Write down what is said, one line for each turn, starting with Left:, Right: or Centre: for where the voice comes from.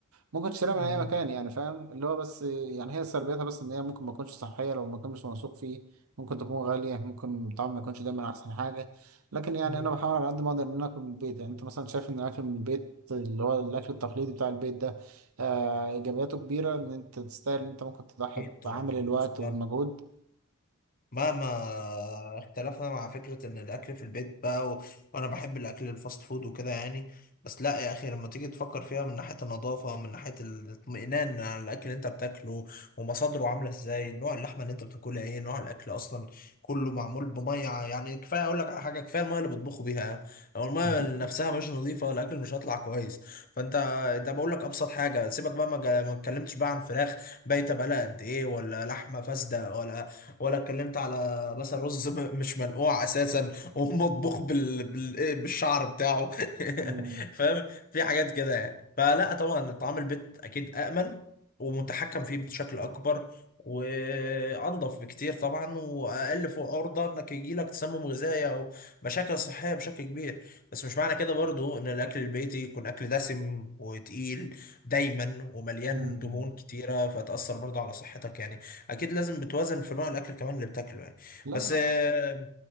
Right: ممكن تشتريها
Left: مم.
Right: من اي مكان يعني فاهم اللي هو بس يعني هي سلبيتها بس ان هي ممكن ما تكونش صحيه لو المكان مش موثوق فيه ممكن تكون غاليه ممكن الطعم ما يكونش دايما احسن حاجه لكن يعني
Left: مم.
Right: انا بحاول على قد ما اقدر ان أنا اكل من البيت يعني انت مثلا شايف ان الاكل من البيت اللي هو الاكل التقليدي بتاع البيت ده آه ايجابياته كبيره ان انت تستاهل ان انت ممكن تضحي
Left: اكيد طبعا
Right: بعمل الوقت
Left: بص،
Right: والمجهود
Left: مهما اختلفنا مع فكرة ان الاكل في البيت بقى و... وانا بحب الاكل الفاست فود وكده يعني بس لا يا اخي لما تيجي تفكر فيها من ناحية النظافة ومن ناحية الاطمئنان على الاكل اللي انت بتاكله ومصادره عاملة ازاي نوع اللحمة اللي انت بتاكلها ايه نوع الاكل اصلا كله معمول بمية يعني كفاية اقول لك على حاجة كفاية المية اللي بيطبخوا بيها لو المية
Right: <laughs>
Left: نفسها مش نظيفة الاكل مش هيطلع كويس فانت انت بقول لك ابسط حاجة سيبك بقى ما جا- ما اتكلمتش بقى عن فراخ بايتة بقالها قد ايه ولا لحمة فاسدة ولا ولا اتكلمت على مثلا رز م- مش منقوع اساسا ومطبوخ بال... بال... إيه، بالشعر بتاعه
Right: م-
Left: <laughs> فاهم في حاجات كده يعني فلا طبعا طعام البيت اكيد امن ومتحكم فيه بشكل اكبر وانضف بكتير طبعا واقل فوق عرضه انك يجي لك تسمم غذائي او مشاكل صحيه بشكل كبير بس مش معنى كده برضو ان الاكل البيتي يكون اكل دسم وتقيل دايما ومليان
Right: م- م-
Left: دهون كتيره فتاثر برضو على صحتك يعني اكيد لازم بتوازن في نوع الاكل كمان اللي بتاكله يعني
Right: لا
Left: بس آه،